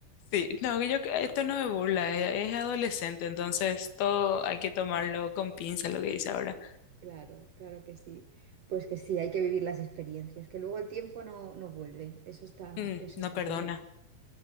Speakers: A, on the left (about 85°); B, on the right (about 70°).
A: Sí, no, que yo, que esto no me burla, es, es adolescente, entonces todo hay que tomarlo con pinza, lo que dice ahora.
B: Claro, claro que sí. Pues que sí, hay que vivir las experiencias, que luego el tiempo no, no vuelve, eso está,
A: Mm,
B: eso
A: no
B: está
A: perdona.
B: claro.